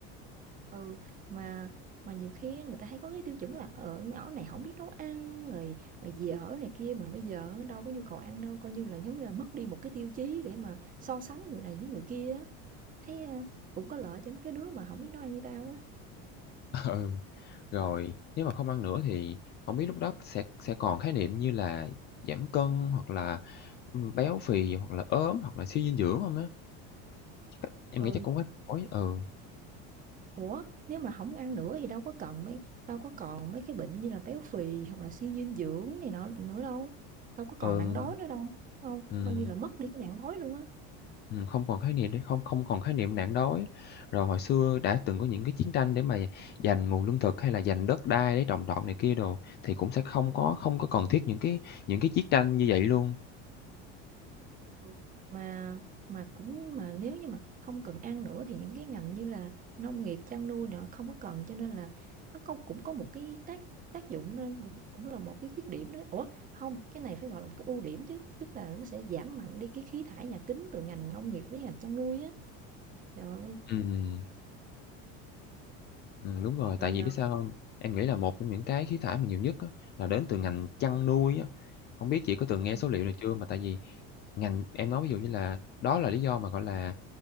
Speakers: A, on the right; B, on the left.
A: Ừ, mà mà nhiều khi á, người ta hay có cái tiêu chuẩn là ở nhỏ này không biết nấu ăn rồi, rồi dì ở này kia, mà bây giờ đâu có nhu cầu ăn đâu, coi như là giống như là mất đi một cái tiêu chí để mà so sánh người này với người kia á, thấy, a, cũng có lợi cho mấy cái đứa mà không biết nấu ăn như tao á.
B: Ừ, rồi nếu mà không ăn nữa thì không biết lúc đó sẽ sẽ còn khái niệm như là giảm cân hoặc là, ừm, béo phì hoặc là ốm hoặc là suy dinh dưỡng hông á? Chắc em
A: Ừ,
B: nghĩ chắc cũng quá đổi ừ,
A: ủa, nếu mà không ăn nữa thì đâu có cần mấy đâu có còn mấy cái bệnh như là béo phì hoặc là suy dinh dưỡng này nọ nữa đâu, đâu có
B: ừ,
A: còn nạn đói
B: Ờ.
A: nữa đâu, đúng hông?
B: ừm,
A: Coi như là mất đi cái nạn đói luôn á.
B: ừm, không còn khái niệm để không không còn khái niệm nạn đói. Rồi hồi xưa đã từng có những cái chiến tranh để mà giành nguồn lương thực hay là giành đất đai để trồng trọt này kia đồ, thì cũng sẽ không có không có cần thiết những cái những cái chiến tranh như vậy luôn.
A: Ừ, mà mà cũng mà nếu như mà không cần ăn nữa thì những cái ngành như là nông nghiệp, chăn nuôi nữa không có cần cho nên là nó có cũng có một cái tác tác dụng nên cũng cũng là một cái khuyết điểm đó. Ủa, không, cái này phải gọi là một cái ưu điểm chứ, tức là nó sẽ giảm mạnh đi cái khí thải nhà kính từ ngành nông nghiệp với ngành chăn nuôi á. Trời ơi,
B: Ừm. Ừm, đúng rồi, tại
A: rồi
B: vì
A: à,
B: biết sao không Em nghĩ là một trong những cái khí thải mà nhiều nhất á, là đến từ ngành chăn nuôi á. không biết chị có từng nghe
A: ừ,
B: số liệu này chưa? Mà tại vì ngành em nói ví dụ như là đó là lý do mà, gọi là,